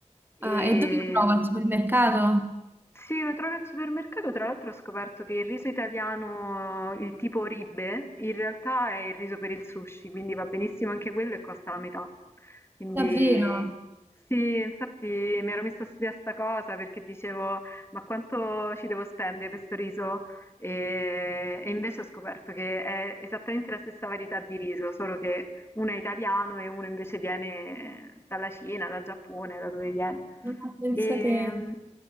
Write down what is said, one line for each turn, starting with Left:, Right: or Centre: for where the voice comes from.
Left: E...
Right: Ah, e dove lo trovo? Al supermercato?
Left: Sì, lo trovi al supermercato, tra l'altro ho scoperto che il riso italiano, il tipo Ribe, in realtà è il riso per il sushi, quindi va benissimo anche quello e costa la metà. Quindi
Right: Davvero?
Left: sì, infatti mi ero messa a studiare sta cosa perché dicevo, ma quanto ci devo spendere per sto riso? E, e invece ho scoperto che è esattamente la stessa varietà di riso, solo che uno è italiano e uno invece viene dalla Cina, dal Giappone, da dove viene.
Right: Ah, pensate.
Left: E, mm,